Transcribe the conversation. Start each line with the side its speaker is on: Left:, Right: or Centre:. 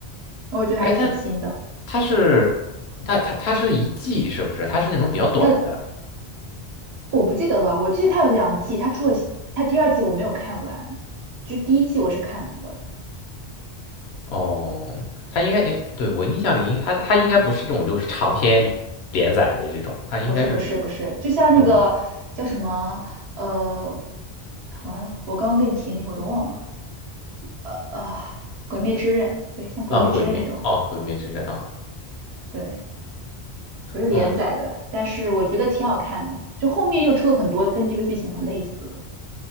Right: 我觉得还挺新的。
Left: 哎，他他是他他他是一季是不是？他是那种比较短的。
Right: 它我不记得了，我记得它有两季，它出了它第二季我没有看完，就第一季我是看完的。
Left: 哦，他应该应对我印象里，他他应该不是这种就是长篇连载的这种，他应该是
Right: 不是不是不是，就像那个叫什么呃，
Left: 嗯
Right: 完了，我刚刚跟你提那个我都忘了，呃呃，《鬼灭之刃》对，像《鬼灭之刃》这种。
Left: 啊，鬼灭哦，鬼灭之刃啊，
Right: 对，不是连载的，
Left: 嗯
Right: 但是我觉得挺好看的嘛。就后面又出了很多跟这个剧情很类似的，